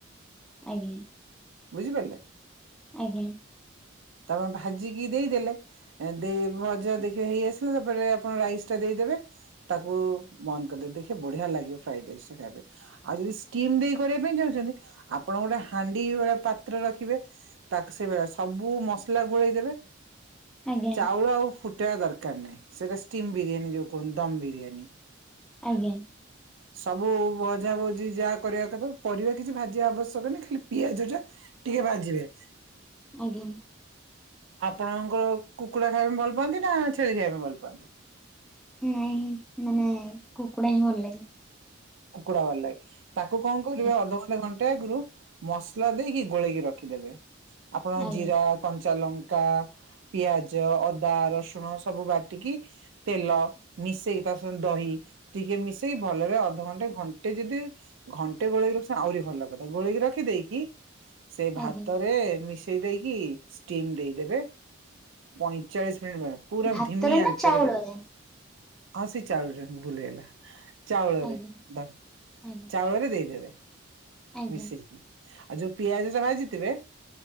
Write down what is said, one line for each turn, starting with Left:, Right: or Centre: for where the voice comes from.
Centre: ଆଜ୍ଞା
Right: ବୁଝିପାରିଲେ?
Centre: ଆଜ୍ଞା।
Right: ତାପରେ ଭାଜିକି ଦେଇଦେଲେ ଦେଇ ଭଜା ଦେଖିବ ହେଇ ଆସିଲା ତାପରେ ଆପଣ ରାଇସ ଟା ଦେଇଦେବେ ତାକୁ ମନ୍ଦ କରିଦେବେ ଦେଖିବେ ବଢିଆ ଲାଗିବ ଫ୍ରାଇଡ ରାଇସ୍ ଟା ଖାଇବେ। ଆଉ ଯଦି ଷ୍ଟିମ ଦେଇ କରିବା ପାଇଁ ଚାହୁଁଛନ୍ତି ଆପଣ ଗୋଟେ ହାଣ୍ଡି ଭଳି ପାତ୍ର ରଖିବେ ତାକୁ ସେଳିଆ ସବୁ ମସଲା ଗୋଳେଇ ଦେବେ
Centre: ଆଜ୍ଞା
Right: ଚାଉଳ ଆଉ ଫୁଟେଇବା ଦରକାର ନାହିଁ ସେଟା ଷ୍ଟିମ ବିରିୟାନୀ ଯୋଉ କୁହନ୍ତ ଦମ ବିରିୟାନୀ
Centre: ଆଜ୍ଞା।
Right: ସବୁ ଭଝାଭୋଜିି ଯାହା କରିବା କଥା ପରିବା କିଛି ଭାଜିବା ଆବଶ୍ୟକ ନାହିଁ ଖାଲି ପିଆଜ ଟା ଟିକେ ବାହାଯିବେ
Centre: ଆଜ୍ଞା
Right: ଆପଣଙ୍କର କୁକୁଡ଼ା ଖାଇବା ପାଇଁ ଭଲ ପାଆନ୍ତି ନା ଛେଳି ଖାଇବା ପାଇଁ ଭଲ ପାଆନ୍ତି?
Centre: ନାଇଁ ମାନେ କୁକୁଡା ହିଁ ଭଲ ଲାଗେ।
Right: କୁକୁଡା ବାଲାଏ ତାକୁ କଣ କରିବେ
Centre: ଆଜ୍ଞା
Right: ଅଧ ଘଣ୍ଟା ମସଲା ଦେଇକି ଗୋଳେଇକି ରଖିଦେବେ ଆପଣ
Centre: ଆଜ୍ଞା
Right: ଜିରା କଞ୍ଚା ଲ ପିଆଜ ଅଦା ରସୁଣ ସବୁ ବାଟିକି ତେଲ ମିଶେଇ ତା ସତ ଦହି ଟିକେ ମିଶେଇି ଭଲରେ ଅଧଘ ଟେ ଘଣ୍ଟେ ଯଦି ଘଣ୍ଟେ ଗୋଳକି ରଖି ଆହୁରି ଭଲ କଥା ଗୋଳେଇକି ରଖିଦେଇକି ସେ ଭାତରେ
Centre: ଆଜ୍ଞା
Right: ମିଶେଇ ଦେଇକି ଷ୍ଟିମ୍ ଦେଇଦେବେ ପଇଁଚାଳିଶ ମିନିଟ୍ ବେ ପୁରା
Centre: ଭାତରେ
Right: ଧିମି
Centre: ନା
Right: ଆଞ୍ଚରେ
Centre: ଚାଉଳରେ
Right: ଦେବେ। ଆସି ଚାଳୁଛ ବୁଲେଇଗଲା <unintelligible> ଚାଉଳରେ
Centre: ଆଜ୍ଞା
Right: ଧ
Centre: ଆଜ୍ଞା
Right: ଚାଉଳରେ ଦେଇଦେବେ
Centre: ଆଜ୍ଞା
Right: ମିଶେଇକି ଆଉ ଯୋଉ ପିଆଜ ଟା ଭାଜିଥିବେ